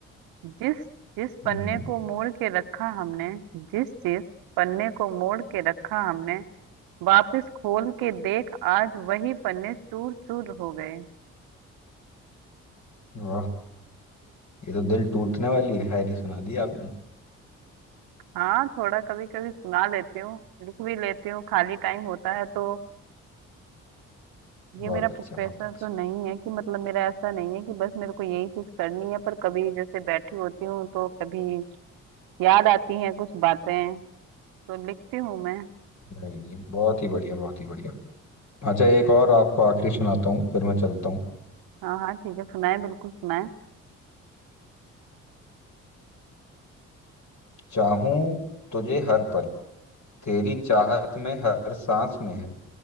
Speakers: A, on the right; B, on the left.
A: जिस जिस
B: हम्म।
A: पन्ने को मोड़ के रखा हमने जिस जिस पन्ने को मोड़ के रखा हमने वापस खोल के देख आज वही पन्ने चूर चूर हो गए
B: वाह ये तो दिल टूटने वाली शायरी सुना दी आपने
A: हाँ थोड़ा कभी कभी सुना लेती हूँ लिख भी लेती हूँ खाली टाइम होता है तो ये
B: बहुत
A: मेरा प्रोफेशन
B: अच्छा बहुत अच्छा
A: तो नहीं है कि मतलब मेरा ऐसा नहीं है कि बस मेरे को यही चीज करनी है पर कभी जैसे बैठी होती हूँ तो कभी याद आती हैं कुछ बातें तो लिखती हूँ मैं
B: नहीं, नहीं, बहुत ही बढ़िया बहुत ही बढ़िया अच्छा एक और आपको आखिरी सुनाता हूँ फिर मैं चलता हूँ
A: हाँ हाँ ठीक है सुनाए बिल्कुल सुनाए
B: चाहूं तुझे हर पल तेरी चाहत में हर सांस में है